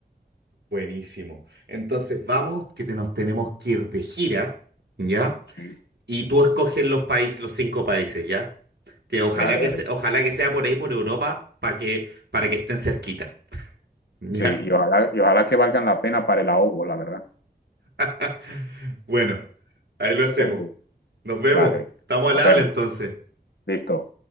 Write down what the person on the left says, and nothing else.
sí,
vale,
vale.
Sí, y ojalá, y ojalá que valgan la pena para el ahogo, la verdad.
Ok,
vale,
nos
vemos,
listo.